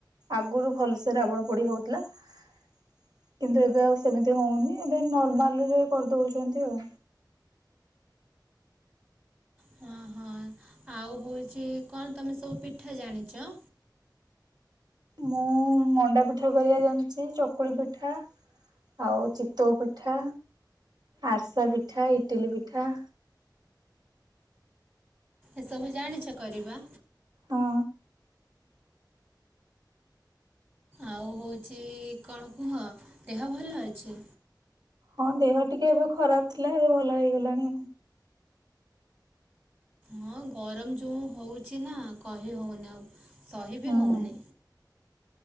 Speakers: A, on the right (about 65°); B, on the right (about 25°).
A: ଆଗୁରୁ ଭଲସେ ରାବଣ ପୋଡି ହଉଥିଲା। କିନ୍ତୁ ଏବେ ଆଉ ସେମିତି ହଉନି ଏବେ ନର୍ମାଲ ରେ କରିଦଉଛନ୍ତି ଆଉ।
B: ହଁ ହଁ ଆଉ ହଉଛି କଣ ତମେ ସବୁ ପିଠା ଜାଣିଛ?
A: ମୁଁ ମଣ୍ଡା ପିଠା କରିବା ଜାଣିଛି। ଚକୁଳି ପିଠା ଆଉ ଚିତଉ, ପିଠା ଆରିସା, ପିଠା ଇଟିଲି ପିଠା
B: ଏସବୁ ଜାଣିଛ କରିବା?
A: ହଁ।
B: ଆଉ ହଉଛି କଣ କୁହ ଦେହ ଭଲ ଅଛି।
A: ହଁ ଦେହ ଟିକେ ଏବେ ଖରାପ ଥିଲା ଏବେ ଭଲ ହେଇଗଲାଣି।
B: ହଁ ଗରମ ଯୋଉ ହଉଛି ନା କହି ହଉନି ଆଉ। ସହି ବି
A: ହୁଁ
B: ହଉନି।